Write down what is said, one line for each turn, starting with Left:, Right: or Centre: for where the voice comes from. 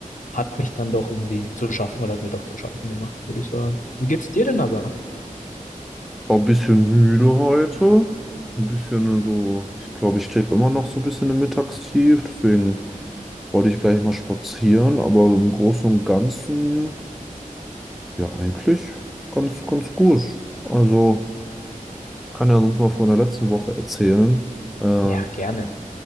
Left: hat mich dann doch irgendwie zu schaffen oder hat mir doch zu schaffen gemacht, würde ich sagen. Wie geht's dir denn aber?
Centre: War ein bisschen müde heute. Ein bisschen so, ich glaube, ich stecke immer noch so ein bisschen im Mittagstief. Deswegen wollte ich gleich mal spazieren, aber im Großen und Ganzen, ja, eigentlich ganz, ganz gut. Also, ich kann ja sonst mal von der letzten Woche erzählen. Ähm,
Left: Ja, gerne.